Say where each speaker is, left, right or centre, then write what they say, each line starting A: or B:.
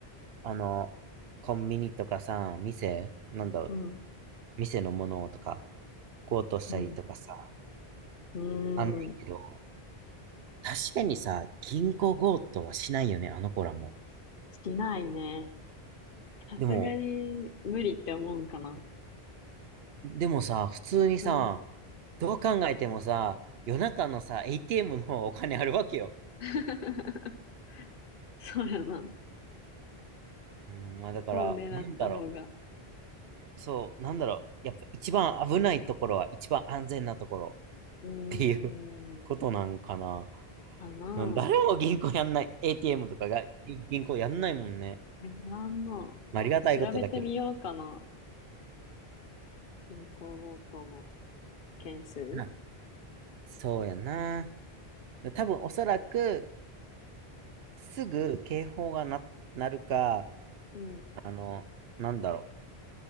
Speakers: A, on the right; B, on the left.
A: あの、コンビニとかさ、店、なんだろう、
B: うん。
A: 店のものとか、強盗したりとかさ、
B: うん。う
A: あんねんけど、
B: ーん。
A: 確かにさ、銀行強盗はしないよね、あの子らも。
B: しないね。さすがに無理って思うんかな。
A: でも、でもさ、普通にさ、
B: うん。
A: どう考えてもさ、夜中のさ、ATM の方がお金あるわけよ。
B: <laughs> そうやな。
A: うん、まあだから、
B: そこを狙った方が。
A: なんだろう。そう、なんだろう。やっぱ一番危ないところは一番安全なところ
B: うーん。
A: っていう <laughs> ことなんかな。
B: かな
A: なん誰も銀行やんない。ATM とかが銀行やんないもんね。
B: ぁ。え、ごの。
A: まあ、ありがたいことだけど。
B: ちょっと調べてみようかな。銀行強盗の件数。
A: なそうやな。多分おそらくすぐ警報がな、なるか、
B: うん。
A: あの、なんだろ